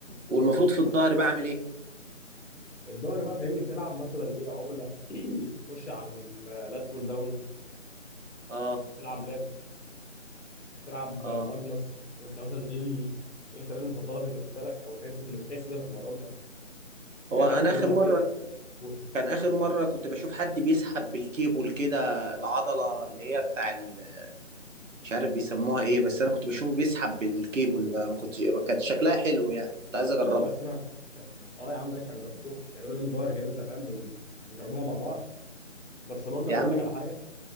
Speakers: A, on the left; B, on the right.
A: قول
B: والمفروض في الظهر بعمل ايه
A: الظهر بقى فاهمني تلعب مثلا ايه عقله <clears throat> خش على اللات بول داون
B: اه
A: تلعب لات تلعب
B: اه
A: ماجنس وانت مثلا ايه ال... ايه التمارين المفضله بالنسبه لك او الحاجات اللي بتحس بيها تتمرنها تيجي
B: هو
A: الحاجات
B: انا
A: دي كلها
B: اخر مره
A: فاهمني قول.
B: كان اخر مره كنت بشوف حد بيسحب بالكيبل كده العضله اللي هي بتاع ال... مش عارف بيسموها ايه بس انا كنت بشوفه بيسحب بالكيبل بقى، ما كنت كانت شكلها حلو يعني كنت عايز اجربها
A: اه اسمع اه يا عم ماشي هنجربوها نعملوا يوم ظهر كده انت فاهم ونجربوها مع بعض بس برضه
B: يا
A: انا
B: عم
A: اقول لك على حاجه